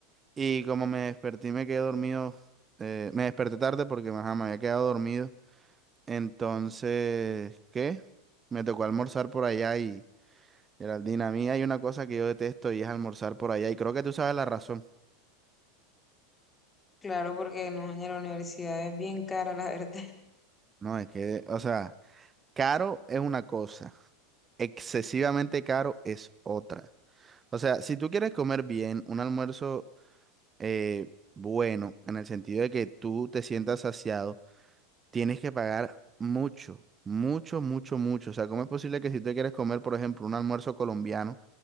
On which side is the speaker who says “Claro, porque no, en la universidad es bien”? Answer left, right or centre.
Left